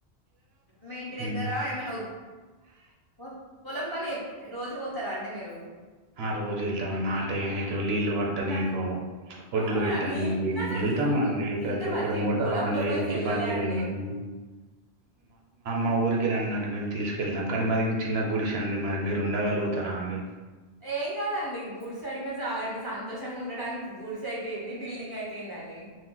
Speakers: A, on the left; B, on the right.
A: మీ ఇంటి
B: హ్మ్.
A: దగ్గరా ఏమైనా వుడ్ పొలం పని రోజు పోతరా అండి మీరు
B: ఆ రోజు ఎల్తమండి ఆ టైమికి నీళ్లు పట్టనీకో
A: నాహా!
B: ఒడ్లు
A: అవునా!
B: పెట్టనీకి
A: నీల్ నాకసలు
B: వెళ్తాం అండి ప్రతి
A: ఇంతవరకి
B: ఒక్కరు మోటార్
A: పొలం
B: ఆన్
A: లోపలికెళ్ళలే
B: చేయనికి బంద్ చేయనికి
A: అండి.
B: మా ఊరికి రండి అండి మేము తీసుకెళ్తాం కానీ మదీ చిన్న గుడిస అండి మరి మీరు ఉండగలుగుతారా అండి
A: ఏం కాదండి గుడిసయినా చాలండి సంతోషంగా ఉండ దానికి గుడిసె అయితే ఏంది బిల్డింగ్ అయితే ఎందండీ